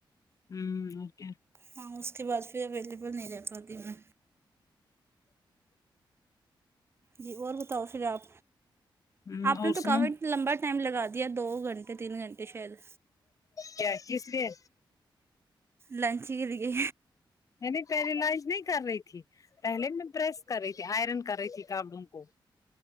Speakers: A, on the left; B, on the right.
A: امم اوکے
B: ہاں اس کے بعد پھر اویلیبل نہیں رہ پاتی میں جی اور بتاؤ پھر آپ
A: ہ
B: آپ
A: اور
B: نے تو
A: سنو
B: کافی لمبا ٹائم لگا دیا دو گھنٹے تین گھنٹے شاید
A: کیا کس لیے
B: لنچ ہی کے لیے
A: نےنی پہلے لنچ نہیں کر رہی تھی پہلے میں پریس کر رہی تھی آئرن کر رہی تھی کاپڑوں کو